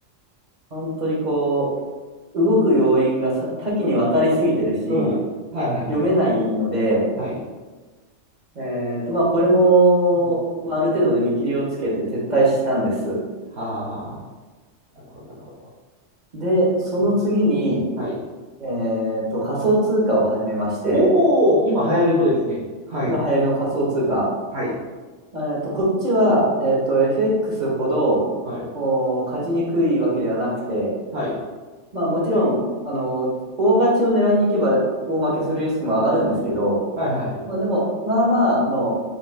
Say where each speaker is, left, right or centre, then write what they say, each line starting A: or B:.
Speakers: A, on the right; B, on the right.
A: 本当にこう、動く要因がさ多岐にわたりすぎてるし、
B: うん、はい、はいはい、
A: 読めないので、
B: はい。
A: えっと、まあ、これも、
B: うん、
A: まあ、ある程度で見切りをつけて撤退したんです。
B: はあ、なるほど、なるほど。
A: で、その次に、
B: うんはい。
A: えっと、仮想通貨を始めまして、
B: おお、今流行りのですね。はい、
A: 今流行りの仮想通貨。
B: はい、はい、
A: えっと、こっちは、えっと、FX ほど、
B: はい。
A: お勝ちにくいわけではなくて、
B: はい。
A: まあ、もちろん、あの、大勝ちを狙いに行けば、大負けするリスクも上がるんですけど、
B: はいはい。
A: まあ、でも、まあまあの